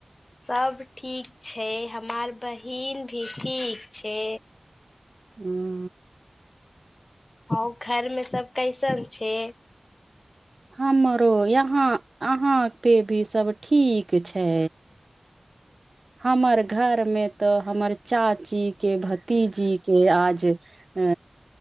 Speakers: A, on the left; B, on the right.
A: सब ठीक छै हमार बहिन भी ठीक छै
B: <inaudible>
A: हँ घर मे सब कैसन छै
B: हमरो यहां अहां पे भी सब ठीक छै हमर घर मे तऽ हमर चाची के भतीजी के आज अ